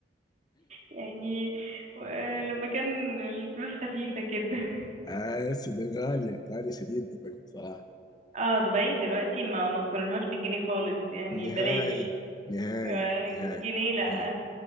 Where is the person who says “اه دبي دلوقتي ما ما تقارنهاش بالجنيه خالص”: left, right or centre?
Right